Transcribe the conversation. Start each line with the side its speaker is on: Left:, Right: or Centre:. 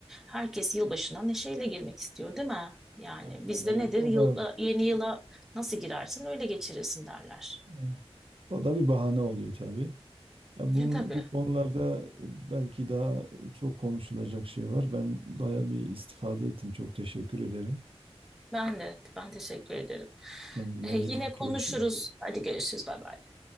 Centre: Herkes yılbaşına neşeyle girmek istiyor değil mi? Yani
Right: Aynen
Centre: bizde
Right: evet
Centre: nedir?
Right: o
Centre: Yıla,
Right: da
Centre: yeni yıla nasıl girersin öyle geçirirsin derler.
Right: evet, o da bir bahane oluyor tabii. Ya bunun,
Centre: E tabii.
Right: bu konularda e, belki daha çok konuşulacak şey var. Ben baya bir istifade ettim. Çok teşekkür ederim.
Centre: Ben de ben teşekkür ederim.
Right: Kendine
Centre: E,
Right: iyi
Centre: yine
Right: bak.
Centre: konuşuruz.
Right: Görüşürüz.
Centre: Hadi görüşürüz. Bay bay.